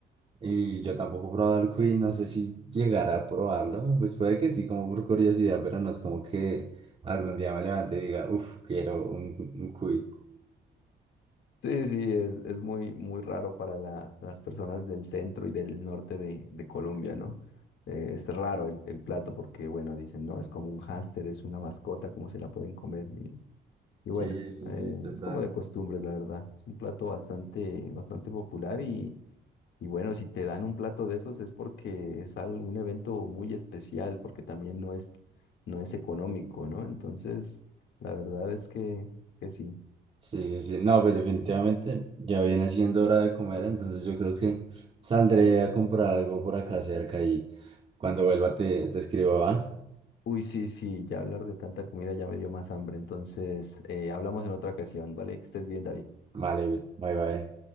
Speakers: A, on the right (about 30°); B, on the left (about 70°).
A: Y yo tampoco he probado el cuy, no sé si llegará a probarlo. Pues puede que sí, como por curiosidad, pero no es como que algún día me levante y diga, uff, quiero un, un cuy.
B: sí, sí, es, es muy, muy raro para la- las personas del centro y del norte de, de Colombia, ¿no? Eh, es raro el, el plato porque, bueno, dicen, no, es como un hámster, es una mascota, ¿cómo se la pueden comer? Y, y bueno,
A: Sí, sí,
B: eh,
A: sí, total.
B: es como de costumbre, la verdad. Es un plato bastante, bastante popular Y bueno, si te dan un plato de esos es porque es algún evento muy especial, porque también no es, no es económico, ¿no? Entonces, la verdad es que, que sí.
A: Sí, sí, sí. No, pues definitivamente ya viene siendo hora de comer, entonces yo creo que saldré a comprar algo por acá cerca y cuando vuelva te, te escribo, ¿va?
B: Uy, sí, sí, ya hablar de tanta comida ya me dio más hambre. Entonces, eh, hablamos en otra ocasión, ¿vale? Que estés bien, David.
A: Vale, bye bye.